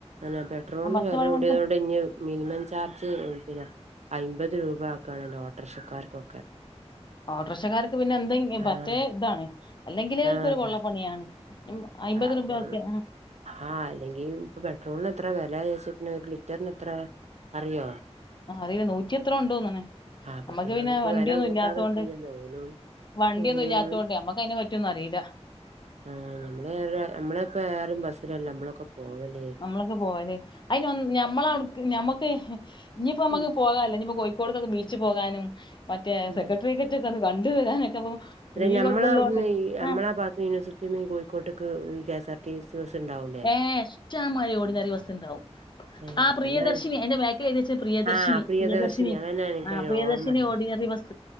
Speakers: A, on the right; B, on the left.
A: അങ്ങനെ പെട്രോളിന്
B: ബസ്
A: വില
B: പണിമുടക്ക്
A: കൂടിയത് കൊണ്ട് ഇഞ് മിനിമം ചാർജ് പിന്നെ അയിമ്പത് രൂപ ആക്കണെ ലോട്ടറിക്ഷക്കാർക്കൊക്കെ
B: ഓട്ടർഷക്കാർക്ക് പിന്നെ എന്തെങ്ക
A: ആഹ്
B: പറ്റേ ഇതാണ് അല്ലെങ്കിലേ അവർക്കൊരു
A: ആഹ്
B: കൊള്ളപ്പണിയാണ് അയിമ്പത്
A: അപ്പോ
B: രൂപക്കെ
A: ആഹ് അല്ലെങ്കിൽ ഇപ്പൊ പെട്രോളിന് എത്ര വിലാച്ചു നിക്കണെ ന്നത്ര അറിയോ
B: ആഹ് അറീല നൂറ്റി എത്രാ ഇണ്ട്തോന്നണ്
A: ആഹ് അപ്പൊ
B: നമ്മക്ക് പിന്നെ
A: ഓൽക്ക്
B: വണ്ടിയൊന്നും
A: വെല കൂട്ടാതെക്കൂലല്ലോ
B: ഇല്ലാത്തോണ്ട്
A: ഓലും
B: വണ്ടിയൊന്നും
A: ഇങ്ങനെ
B: ഇല്ലാത്തോണ്ട് മ്മുക്ക് അതിനെ പറ്റിയൊന്നും അറിയില
A: ആഹ് ഞമ്മറെ നമ്മളെ ഇപ്പോ ഏറ്യും ബസ്സിലല്ലേ നമ്മളൊക്കെ പോവല്ല്
B: നമ്മളൊക്കെ പോവല് അതിന് ഞമ്മളടു ഞമ്മക്ക് ഇനിയിപ്പോ നമുക്ക്
A: ഉം
B: പോകാല്ലോ ഇനിപ്പോ കോഴിക്കോട്ക്കോക്കെ ബീച്ച് പോകാനും മറ്റേ
A: ഉം
B: സെക്രട്ടറിയ ക്കൊന്നും കണ്ടുവരാനൊക്കെ ഇപ്പൊ
A: അല്ല
B: ഫ്രീ
A: ഞമ്മളെ
B: ഇതുള്ളോണ്ട്
A: അവിടുന്ന്
B: ആ
A: മ്മളാത്ത് യൂണിവേഴ്സിറ്റി ന്നീ കോഴിക്കോട്ടക്ക് ഈ K S R T C ബസ്ണ്ടവു
B: ഏഹ് ഇഷ്ടമാരി ഓട്നറി ബസ്ണ്ടാവും
A: ഏഹ്
B: ആഹ് പ്രിയദർശിനി അയിന്റെ ബാക്കിൽ എഴതി വച്ച പ്രിയദർശിനി
A: ആഹ്
B: പ്രിയദർശിനി
A: അതന്നെ എനിക്കൊരു
B: ആ പ്രിയദർശിനി
A: ഓർമ്മ ഇല്ല
B: ഓർഡ്നറി ബസ്സ്